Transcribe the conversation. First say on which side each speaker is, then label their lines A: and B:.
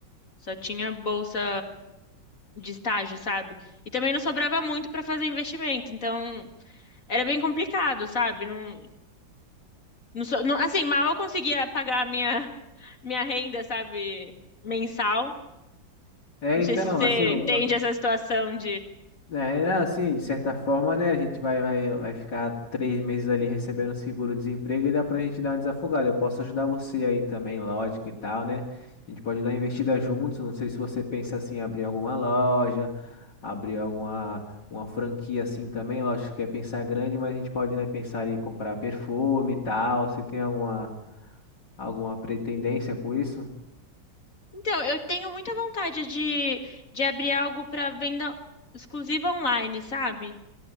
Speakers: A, on the left (about 45°); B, on the left (about 60°).
A: Só tinha bolsa de estágio, sabe? E também não sobrava muito pra fazer investimento. Então, era bem complicado, sabe? Não, não, so- não- assim, mal eu conseguia pagar a minha, <laughs> minha renda, sabe? Mensal.
B: É,
A: Não
B: então,
A: sei se você
B: assim, ó,
A: entende essa situação
B: É, né, assim, de certa forma, né, a gente vai, vai, vai ficar três meses ali recebendo seguro-desemprego e dá pra gente dar uma desafogada. Eu posso ajudar você aí também, lógico e tal, né? A gente pode dar uma investida juntos. Não sei se você pensa assim, em abrir alguma loja, abrir alguma uma franquia assim também. Lógico que é pensar grande, mas a gente pode, né, pensar em comprar perfume e tal. Você tem alguma, alguma pretendência com isso?
A: Então, eu tenho muita vontade de, de abrir algo para venda exclusiva online, sabe?